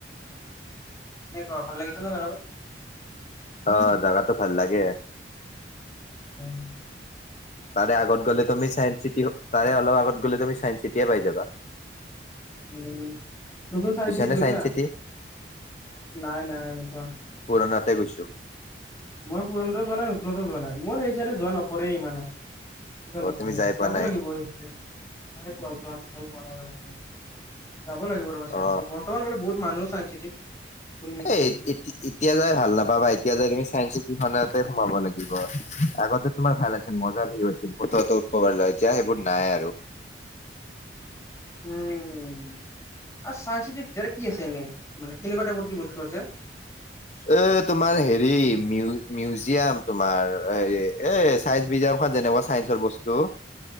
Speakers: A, on the left; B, on the left.
A: কেনেুৱা ভাল লাগিছে নে জেগাটো।
B: অ জাগাটো ভাল লাগে।
A: উম।
B: তাৰে আগত গ'লে তুমি চায়েস চিটি তাৰে অপ আগত গলে তুমি চায়েস চিটিয়ে পাই যাবা।
A: উ নতুন চাইন চিটত
B: নে
A: গৈছা?
B: Science city?
A: নাই নাই যোৱা।
B: পুৰণাতে গৈছো
A: মই পুৰণাটো যোৱা নাই নতুনতো যোৱা নাই মোৰ সেই চাইডে যোৱা নপৰেই ইমানো
B: অ
A: নপৰে
B: তুমি যাই পোৱা
A: যাব
B: নাই?
A: লাগিব সেইচাইদে পোৱা যোৱা পোৱা নাই <inaudible> যাব লাগিব ৰ'বা চাইম
B: অ
A: চিটিত, বৰ্তমান বোলে বহুত মানুহ চাইন চিটিত? শুনি আছো
B: এই
A: আৰু
B: এটি এতিয়া যাই ভাল নাপাবা এতিয়া যাই তুমি চাইন চিটিখতে সোমাব লাগিব, আগতে তোমাৰ ভাল আছিল মজা ভিউ আছিল। ফটো <unintelligible> এতিয়া সেইবোৰ নাই আৰু।
A: উম আৰু চাইনচিতি ভিতৰে কি আছে এনেই মানে কেনেকুৱা টাইপৰ কি বস্তু আছে <unintelligible>
B: এ তোমাৰ হেৰি মিউ-মিউজিয়াম তোমাৰ হেৰি এ চাইন্স মিউজিয়াম খন যেনেকুৱা চাই বস্তু